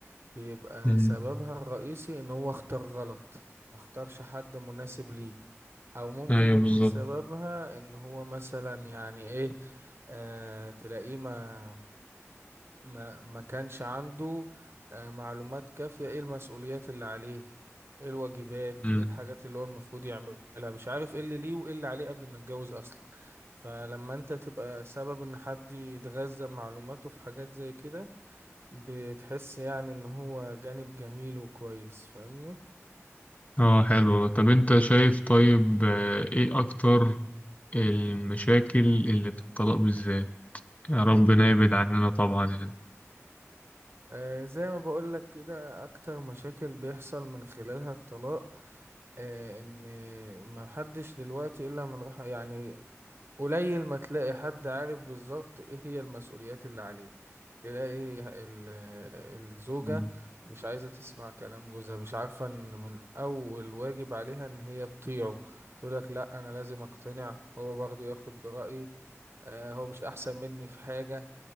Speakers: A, on the right; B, on the left.
A: بيبقى
B: امم
A: سببها الرئيسي ان هو اختار غلط ما اختارش حد مناسب ليه او ممكن
B: ايوه
A: يكون
B: بالظبط
A: سببها ان هو مثلا يعني ايه آه تلاقيه ما ما ما كانش عنده آه معلومات كافية ايه المسؤوليات اللي عليه ايه الواجبات
B: امم
A: ايه الحاجات اللي هو المفروض يعملها مش عارف ايه اللي ليه وايه اللي عليه قبل ما يتجوز اصلا فلما انت تبقى سبب ان حد يتغذى معلوماته في حاجات زي كده بتحس يعني ان هو جانب جميل وكويس فاهمني
B: اه حلو طب انت شايف طيب آه، ايه اكتر المشاكل اللي في الطلاق بالذات يا ربنا يبعد عننا طبعا يعني
A: آه زي ما بقولك كده اكتر مشاكل بيحصل من خلالها الطلاق آه ان ما حدش دلوقتي الا من رحم يعني قليل ما تلاقي حد عارف بالظبط ايه هي المسؤوليات اللي عليه تلاقي ال- الزوجة
B: مم.
A: مش عايزة تسمع كلام جوزها مش عارفة ان من اول واجب عليها ان هي تطيعه تقولك لا انا لازم اقتنع هو برضه ياخد برأيي آه، هو مش احسن مني في حاجة